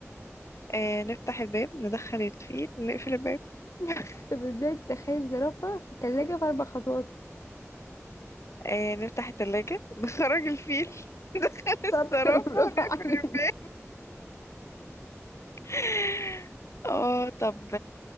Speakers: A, on the left; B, on the left.
A: آه نفتح الباب ندخل الفيل نقفل الباب <laughs>
B: طب ازاي تدخلي الزرافة في التلاجة في اربع خطوات
A: آه نفتح التلاجة نخرج الفيل <laughs> ندخل
B: شاطرة
A: الصرافة
B: <laughs> برافو
A: نقفل
B: عليك
A: الباب <laughs> اه طب